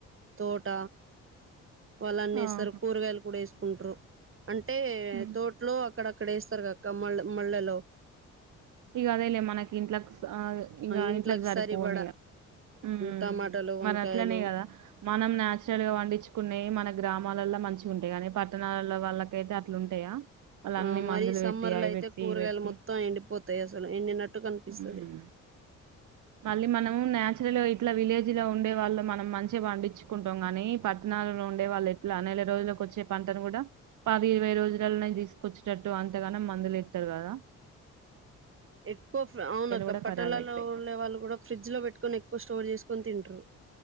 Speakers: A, on the right (about 45°); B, on the right (about 80°).
A: తోట వాళ్ళు అన్ని
B: ఆహా
A: ఏస్తారు కూరగాయలు కూడా ఎసుకుంట్రు అంటే
B: ఉమ్
A: తోట్లో అక్కడ అక్కడ ఏస్తారు కక్క మళ్ళ మళ్ళలో
B: ఇగ అదేలే మనకి ఇంట్లకి సా ఇగ
A: ఇంట్లోకి
B: ఇంట్లకి సారిపోను
A: సరిపడా
B: ఇగ ఊమ్
A: టమాటాలు వంకాయలు
B: మరి అట్లనే గదా మనం నాచురల్ గా పండించుకున్నే మన గ్రామాలల్లో మంచిగుంటాయి గానీ పట్టణాల వాళ్ళకైతే అట్లుంటాయా వాళ్ళు
A: ఆ
B: అన్ని
A: మరి
B: మందులు
A: ఈ సమ్మర్
B: పెట్టి అవి
A: లో అయితే
B: పెట్టి
A: కూరగాయలు
B: ఇవి పెట్టి
A: మొత్తం ఎండి పొతాయ్ అసలు ఎండి నట్టు కనిపిస్తది
B: ఉమ్ మళ్ళీ మనము న్యాచురల్ ఇట్లా విలేజ్ లో ఉండే వాళ్ళు మనం మంచిగా పండించుకుంటాం గాని పట్టణాలలో ఉండే వాళ్ళు ఎట్లా నె నెల రోజులకొచ్చే పంటను గుడా పది ఇరవై రోజులనే దీసుకొచ్చేటట్టు అంతగాను మందులు ఇత్తారు గదా
A: ఎక్కువ అవున అక్క
B: కూడా
A: పట్టాలలో
B: ఖరాబ్ అయితాయి
A: ఉండే వాళ్ళు కూడా ఫ్రిడ్జ్ లో పెట్టుకొని ఎక్ క్కువ స్టోర్ జేసుకొని తింట్రు